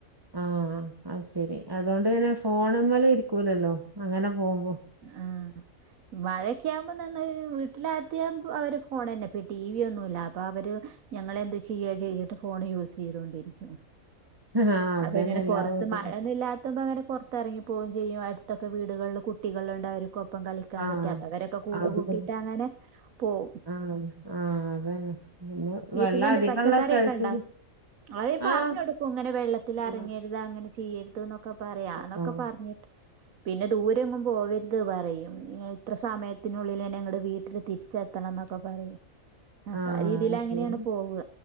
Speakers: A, on the right (about 20°); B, on the right (about 75°).
A: ആഹ് അത്‌ ശെരി അതുകൊണ്ട് പിന്നെ ഫോൺമ്മലെ ഇരിക്കൂലല്ലോ അങ്ങനെ പോകുമ്പോ
B: ആഹ് മഴ ഒക്കെ ആകുമ്പോൾ വീട്ടിലെത്തിയാ അവര് ഫോൺ തന്നെ ഇപ്പ ടി വി ഒന്നുംല്ല അപ്പൊ അവര് ഞങ്ങൾന്ത് ചെയ്യുകയോ ചെയ്തിട്ട് ഫോൺ യൂസ് ചെയ്തുകൊണ്ടിരിക്കും
A: ആഹ് അതന്നെ
B: അപ്പൊ ഇങ്ങനെ
A: എല്ലാ
B: പൊറത്ത്
A: വീട്ടിലും
B: മഴൊന്നുംല്ലാത്ത എത്തുമ്പം അങ്ങനെ പുറത്തിറങ്ങി പോവും ചെയ്യും അടുത്തൊക്കെ വീടുകളിൽ കുട്ടികൾ ഉണ്ട് അവരും ക്കൊപ്പം കളിക്കാൻ
A: ആഹ്
B: പറ്റാ അപ്പൊ അവരൊക്കെ കൂട്
A: ആഹ്
B: കൂട്ടിട്ട് അങ്ങനെ പോവും
A: ആഹ് ആഹ് അതന്നെ പിന്നെ
B: വീട്ടിൽ
A: വെള്ളം
B: എന്താ
A: അധികള്ള
B: പച്ചക്കറിയൊക്കെ
A: സ്ഥലത്ത്ക്ക്
B: ണ്ടാ അയ് പറഞ്ഞ്
A: ആഹ്
B: കൊടുക്കും ഇങ്ങനെ വെള്ളത്തിൽ
A: ആഹ്
B: അറങ്ങരുത് അങ്ങനെ ചെയ്യരുത് എന്നൊക്കെ പറയാ
A: ആഹ്
B: അതൊക്കെ പറഞ്ഞിട്ട് പിന്നെ ദൂരെങ്ങും പോവർത് ഇത് പറയും ഇത്ര സമയത്തിനുള്ളിൽ ന്നെ വീട്ടില് തിരിച്ചെത്തണം എന്നൊക്കെ പറയും അപ്പ
A: ആഹ്
B: ഈ തിൽ അങ്ങനെയാണ്
A: ശരി
B: പോവുക